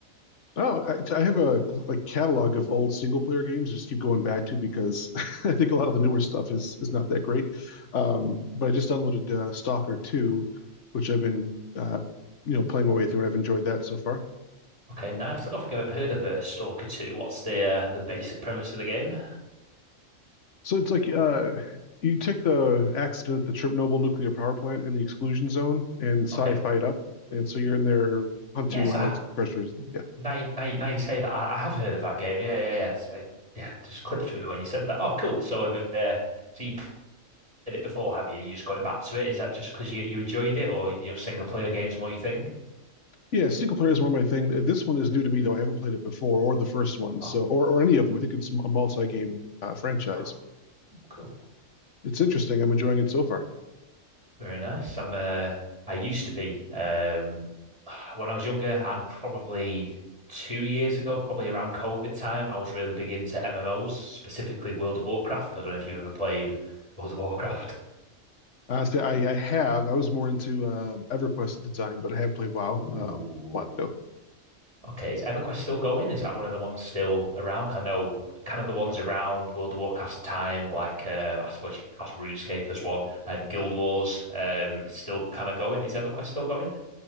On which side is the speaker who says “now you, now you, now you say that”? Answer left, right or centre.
Right